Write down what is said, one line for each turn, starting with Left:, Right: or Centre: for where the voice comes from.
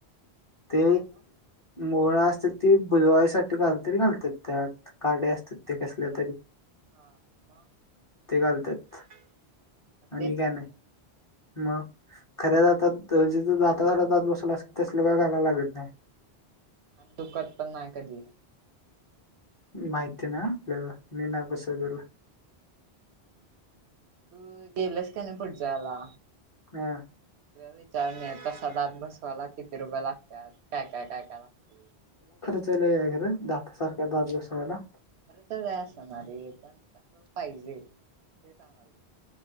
Left: ते
Right: काय ना
Left: मोहळा असतात ती भुजवायसाठी घाल तरी घालतात त्यात काड्या असतात ते कसल्या तरी
Right: <unintelligible>
Left: ते घालतात आणि काय नाही मग खऱ्या जातात जे जातार जात बसवला असे तसल का घालायला लागत नाही
Right: आणि दुखत पण नाही कधी
Left: माहिती ना मी ना बसला
Right: तू गेलास का नाही पुढच्या हेल्या
Left: हा.
Right: विचारुन सदात बसवायला किती रुपय लागतात काय काय काय काय लागत
Left: <inaudible>
Right: खरंच आहे असणार रे पण कस पाहिजे ते सागालोय